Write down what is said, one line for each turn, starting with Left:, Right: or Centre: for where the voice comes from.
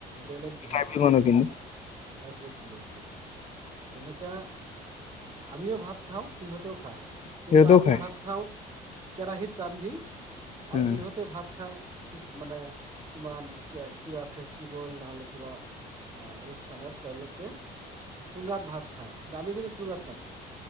Right: বেলেগ ধৰণৰ
Left: ট্ৰাইবেল মানুহখিনি
Right: বেলেগ ধৰণৰ এক্সাক্টলি এক্সাক্টলি। যেনেকে আমিও ভাত খাওঁ সিহঁতেও খায়
Left: সিহঁতেও
Right: কিন্তু আমি
Left: খায়
Right: ভাত খাওঁ কেৰাহীত ৰান্ধি আৰু
Left: উম
Right: ইহঁতে ভাত খাই কিছ মানে কিমান কে কিবা ফেচ জীৱল নহলে কিবা আ অনুষ্ঠানত তেওঁলোক কে চুঙাত ভাত খাই কিন্তু আমি চুঙা নেখাওঁ।